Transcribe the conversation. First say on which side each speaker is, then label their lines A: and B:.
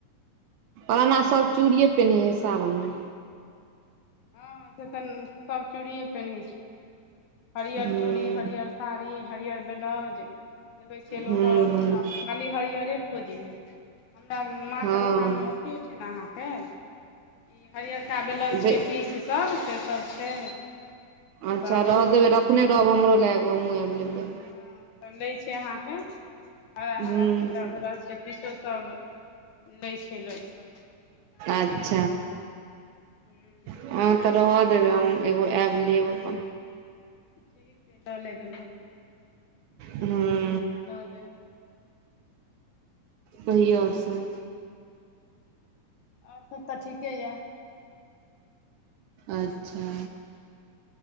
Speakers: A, on the right; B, on the left.
A: ओना सब चूड़िए पेनहै हइ सावनमे।
B: हँ से तऽ न-सभ चूड़िए पेन्है छै। हरिअर
A: हूँ
B: चूड़ी, हरिअर साड़ी, हरिअर ब्लाउज देखै छियै लोक
A: हूँ
B: और एख्खन खाली हरियरे खोजै हइ। हमरा माँ
A: हूँ
B: के दोकान मे अथियो छै ने अहाँके, ई हरियरका बेलाउज।
A: हँ बे
B: पीस सब, से सब छै।
A: अच्छा
B: तऽ
A: रह
B: ओ
A: देबै, रखने रहब हमरो लय एग्गो हमहूँ आब लेबैय।
B: हं, तब लै छै अहाँके हरा
A: ह्म
B: हरा छै तऽ, ब्लाउज के पीसो सब लै छै लोक सब।
A: अच्छ
B: हूं।
A: हंक्षतऽ रहऽ देबै, हम्म एगो ऐब लेबऽ।
B: ठीक हइ, लऽलेब एग्गो।
A: हँ
B: एकटा ल लेब
A: कहियौ और सब?
B: और सब तऽ ठीके यैऽ।
A: अच्छा।